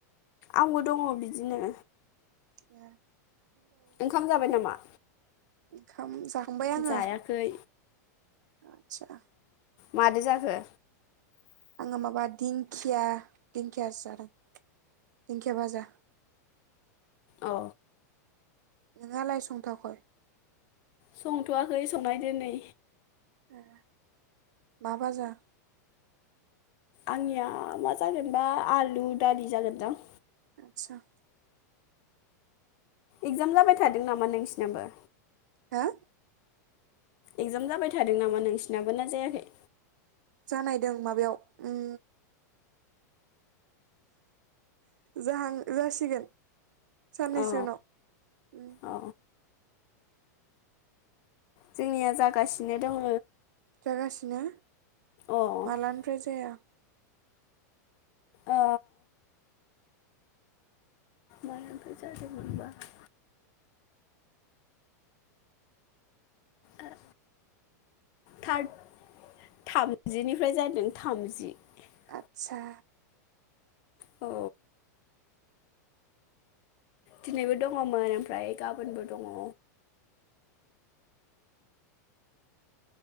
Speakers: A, on the left; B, on the right.
A: आंबो दङ बिदिनो
B: ए
A: ओंखाम जाबाय नामा
B: खाम जा जाखांबाय आङो
A: जायाखै
B: आदसा
A: मादै जाखो
B: आङो माबा दिंखिया दिंखियासो जादों। दिंखिया फाजा।
A: औ
B: नोंहालाइ संथायाखै।
A: संथ'वाखै संनाय दो नै।
B: ए मा बाजार।
A: आंनिया मा जागोनबा आलु, दालि जागोनदां।
B: <inaudible>
A: एगजाम जाबाय थादों नामा नोंसिनाबो
B: हा।
A: एगजाम जाबाय थादों नामा नोंसिनाबो ना जायाखै।
B: जानायदों माबायाव उम। जाहां जासिगोन‌। साननैसो
A: अ
B: उनाव उम।
A: अ जोंनिया जागासिनो दङ।
B: जागासिनो।
A: ओ
B: मालानिफ्राय जाया
A: ओ। मानोनथ जादोमोनबा <unintelligible> थार थाम थामजिनिफ्राय जादों थामजि <unintelligible>
B: आदसा।
A: औ। दिनैबो दङमोन ओमफ्राय गाबोनबो दङ।